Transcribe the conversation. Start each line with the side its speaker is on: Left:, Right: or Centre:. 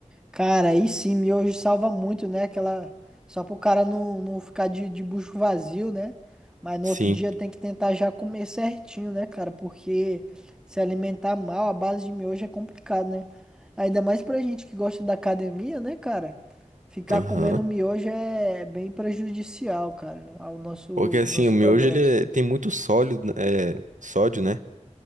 Centre: Cara, aí sim, miojo salva muito, né? Aquela. Só pro cara não, não ficar de, de bucho vazio, né? Mas no
Right: Sim.
Centre: outro dia tem que tentar já comer certinho, né, cara? Porque se alimentar mal, a base de miojo é complicado, né? Ainda mais pra gente que gosta da academia, né, cara? Ficar
Right: Aham.
Centre: comendo miojo é bem prejudicial, cara, ao nosso,
Right: Porque assim,
Centre: nosso
Right: o miojo
Centre: progresso.
Right: ele é- tem muito sólido, né, é, sódio, né?